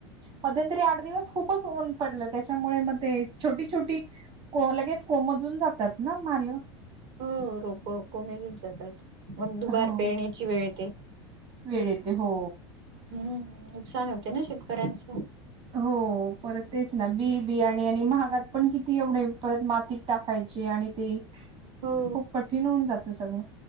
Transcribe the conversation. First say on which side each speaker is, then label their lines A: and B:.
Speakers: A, on the right (about 40°); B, on the right (about 70°).
A: मध्यंतरी आठ दिवस खूपच ऊन पडलं त्याच्यामुळे मग ते छोटी छोटी.... को लगेच कोमधून जातात ना माल...
B: हो रोप कोमेजून जातात मग दुबार
A: हो
B: पेरण्याची वेळेत....
A: वेळ येते हो...
B: हम्म नुकसान होते ना शेतकऱ्यांचं.....
A: हो परत तेच ना बी बिया आणि महागात पण किती एवढे परत मातीत टाकायचे आणि ते...
B: हो
A: खूप कठीण होऊन जातं सगळं...